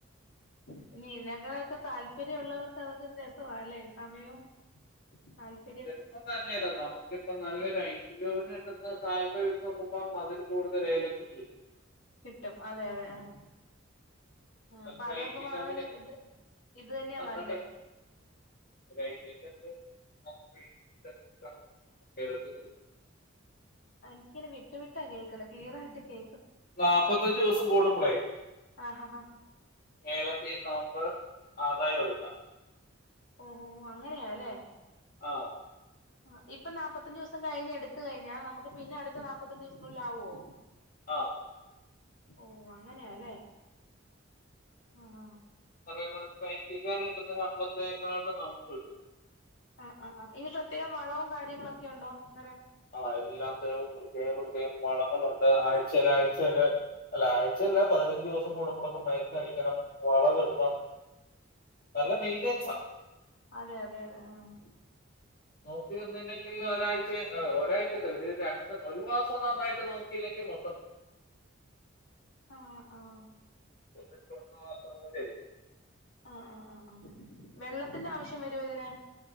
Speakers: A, on the left (about 70°); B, on the left (about 50°).
A: പിന്നെ ഇതിനെക്കാളെക്കെ താല്പര്യ ഉള്ളവർക്ക് അതൊക്കെ ഒരു രസവാ അല്ലേ സമയം <unintelligible>
B: ദിവസം തന്നെയല്ല നമുക്ക് ഇപ്പം നല്ല ഒരു ഐഡിയോട് വെക്കുന്ന സ്ഥലം വെച്ച് നോക്കുമ്പോ അതില് കൂടുതല് ഏലത്തിലേ.
A: കിട്ടും അതെ അതെ ആഹ് ആഹ്
B: ചിലപ്പോൾ
A: അപ്പ അതൊക്കെ
B: ഐ ടി
A: പാകാന്
B: കമ്പനിക്ക്
A: ഇത് ഇത് തന്നെയാ
B: നന്നായിട്ട്
A: നല്ലേ.
B: ഒരു ഐ റ്റി സെന്റെർ <unintelligible>
A: എനിക്കിങ്ങനെ വിട്ടു വിട്ടാ കേക്കണെ. ക്ലിയറായിട്ട് കേ
B: നാപ്പത്തഞ്ചു ദിവസം കൂടുമ്പളേ
A: ആഹ് ആഹ്
B: ഏലത്തീന്ന് നമുക്ക് ആദായം എടുക്കാം
A: ഓഹ് ഓഹ് ഹോ അങ്ങനെയാല്ലേ.
B: ആഹ്
A: ആഹ് ഇപ്പ നാപ്പത്തഞ്ച് ദിവസം കഴിഞ്ഞ് എടുത്ത് കഴിഞ്ഞാ നമ്മക്ക് പിന്നെ അടുത്ത നാപ്പത്തഞ്ച് ദിവസനുള്ളിൽ ആവോ
B: ആഹ്
A: ഓഹ് അങ്ങനെയാല്ലേ ആഹ് ആഹ് ആഹ്
B: പറയുന്നത് ഇപ്പ ഐ റ്റിക്കാര് കൊടുത്ത ശമ്പളത്തേക്കാളിലും നമുക്ക് കിട്ടും
A: ആഹ് ആഹ് ആഹ്. ഇതിന് പ്രത്യേകം വളവും കാര്യങ്ങളൊക്കെ ഉണ്ടോ അന്നേരം
B: ആഹ് എല്ലാത്തിനും പ്രത്യേക പ്രത്യേക വളങ്ങളുണ്ട് ആഴ്ചേല് ആഴ്ചേല്. അല്ല. ആഴ്ചയല്ല പതിനഞ്ച് ദിവസം കൂടുമ്പളൊക്കെ മരുന്നടിക്കണം. വളം ഇടണം. നല്ല
A: ആഹ്
B: മെയിൻന്റയ്സാ
A: ആഹ് അതെ അതെ അതെ ആഹ്
B: നോക്കി നിന്നില്ലെങ്കിൽ ക്കില്ല ഒരാഴ്ച ഒരാഴ്ച അല്ല ഒരു രണ്ട് ഒരു മാസം നന്നായിട്ട് നോക്കിയില്ലെങ്കിൽ മൊത്തം
A: ആഹ ആഹ
B: <inaudible>
A: ആഹആഹ ആഹ ആഹ വെള്ളത്തിന്റെ ആവശ്യം വരുമോ ഇതിന്.